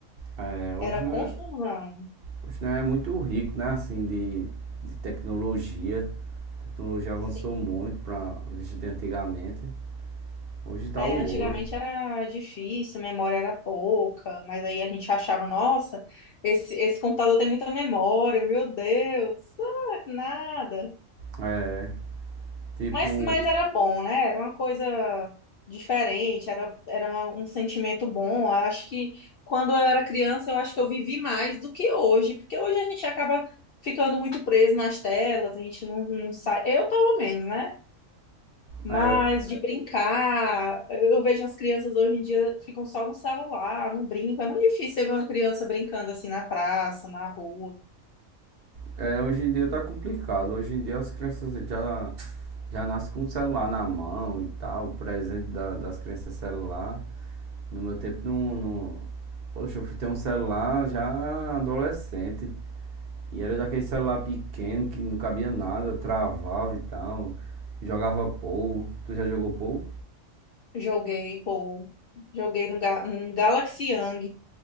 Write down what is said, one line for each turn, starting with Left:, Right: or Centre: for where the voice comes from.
Right: é, hoje
Left: Era
Right: não
Left: confusão.
Right: é, hoje não é muito rico, né? Assim, de, de tecnologia. A tecnologia avançou
Left: Sim.
Right: muito para os vídeos de antigamente. Hoje tá
Left: É,
Right: o
Left: antigamente
Right: ouro.
Left: era difícil, a memória era pouca, mas aí a gente achava, nossa, esse, esse computador tem muita memória, meu Deus, ah, nada.
Right: É, tipo,
Left: Mas, mas era bom, né? Era uma coisa diferente, era, era um sentimento bom. Eu Acho que quando eu era criança, eu acho que eu vivi mais do que hoje, porque hoje a gente acaba ficando muito preso nas telas, a gente não, não sai, eu pelo menos, né? Mas
Right: é, eu
Left: de brincar, eu vejo as crianças hoje em dia ficam só no celular, não brincam. É muito difícil você ver uma criança brincando assim na praça, na rua.
Right: É, hoje em dia tá complicado. Hoje em dia as crianças já, já nascem com o celular na mão e tal. O presente da- das crianças é celular. No meu tempo não, não. Poxa, eu fui ter um celular já adolescente. E era daquele celular pequeno que não cabia nada, travava e tal. Jogava pou. Tu já jogou pou?
Left: Joguei, pô, joguei no Ga- um Galaxy Young.